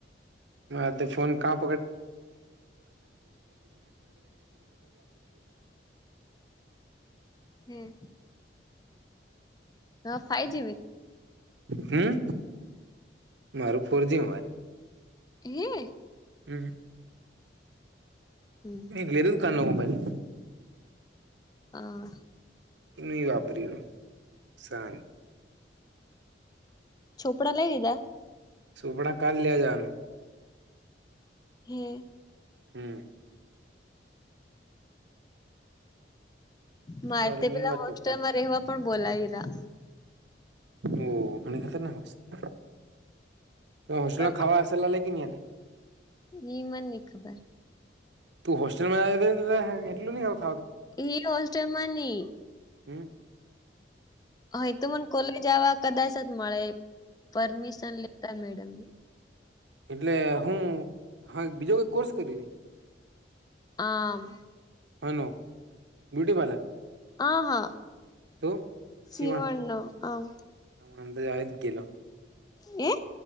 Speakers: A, on the right; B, on the left.
A: <unintelligible> <unintelligible> ફોન માં
B: હમ્મ હવ ફાઈ જીવી
A: હમ્મ મારો ફોરજી મોબાઈલ
B: હ
A: હમ્મ હમ્મ.
B: <inaudible>
A: <unintelligible> મોબાઈલ
B: હા
A: નહીં વાપર્યુ શાન
B: ચોપડા લઈ લીધા.
A: ચોપડા કાલ લેવા જવાનું.
B: હમ્મ.
A: હમ્મ.
B: મારે
A: કાલ
B: તે
A: લુંગા
B: પેલા હોસ્ટેલમાં
A: ચોપડા
B: રહેવા પણ બોલાવી લીધા.
A: ઓહ <unintelligible> હ <unintelligible>
B: રહ્યા
A: ખાવા હશે <unintelligible>
B: ઈ મન નઇ ખબર.
A: તું હોસ્ટેલમાં <unintelligible> એટલે <unintelligible>
B: એ હોસ્ટલમાં નઇ.
A: હમ્મ.
B: હ એ તો મને કોલેજ આવવા કદાચ જ મળે પરમિશન લેતા મેડમને.
A: એટલે હું હા બીજો કઈ કોર્સ કરી?
B: આમ
A: શેનો બ્યુટી પાર્લર?
B: આ હા.
A: તો
B: સીવણનો
A: શિવણ
B: આમ
A: અંદર આવી જ ગેલો.
B: હે